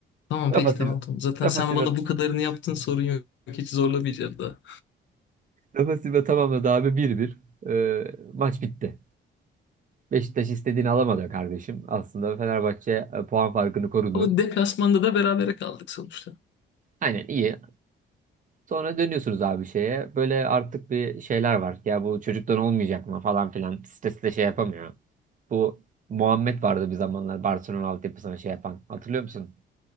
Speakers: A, on the left; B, on the right.
A: Tamam
B: Rafa
A: peki
B: Silva.
A: tamam tamam. Zaten
B: Rafa
A: sen
B: Silva.
A: bana bu kadarını yaptın sorun yok. Hiç zorlamayacağım daha.
B: Rafa Silva tamamladı abi bir bir. Ee, maç bitti. Beşiktaş istediğini alamadı kardeşim. Aslında Fenerbahçe e, puan farkını korudu.
A: Ama deplasmanda da berabere kaldık sonuçta.
B: Aynen iyi. Sonra dönüyorsunuz abi şeye. Böyle artık bir şeyler var. Ya bu çocuktan olmayacak mı falan filan. Sitesi de şey yapamıyor. Bu Muhammed vardı bir zamanlar Barcelona altyapısına şey yapan. Hatırlıyor musun?